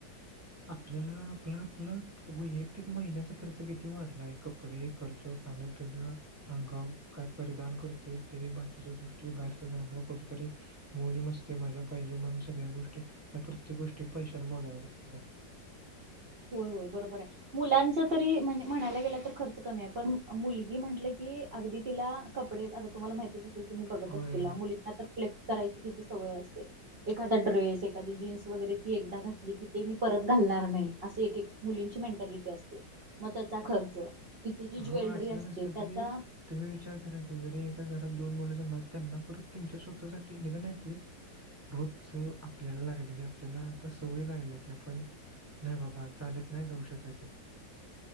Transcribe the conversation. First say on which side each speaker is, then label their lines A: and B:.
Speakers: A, on the right (about 20°); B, on the right (about 40°).
A: आपल्याला आपला, आपला वैयक्तिक महिन्याचा खर्च किती वाढलाय कपडे खर्च खान पिन अंगावर काय परिधान करतो, ते बाकीच्या गोष्टी जाण कुठंतरी, मोज मस्ते मजा पाहिजे, म्हणून सगळ्या गोष्टी या प्रत्येक गोष्टी पैशाला मोजाव्या लागते. त्या
B: होय होय बरोबर आहे? मुलांच तरी म्हणजे म्हणायला गेलं तर खर्च कमी आहे पण मुलगी म्हटले की अगदी तिला? कपडे आता तुम्हाला माहितीच असेतील तुम्ही बघत
A: होय
B: अस का मुलींना तर फ्लेक् करायची किती सवय असते एखादा ड्रेस एखादीे जीन्स वगैरे, ी एकदा घातली की, ते मी परत घालणार नाही. असे एक एक मुलींची मेंटॅलिटी असते? मग त्याचा खर्च, तिची
A: हो
B: ज्वेलरी
A: असलं
B: असते
A: नसलं
B: त्याचा,
A: तरी तुम्ही विचार करा की जरी एका घरात दोन मुलं जनम त्यांना परत त्यांच्या स्वतःसाठी निघ नाही. पलीज रोज आपल्याला लागलेली आपल्याला आता सवय लागल्या की आपण <unintelligible> नाही बाबा चालत नाही जाऊ शकत?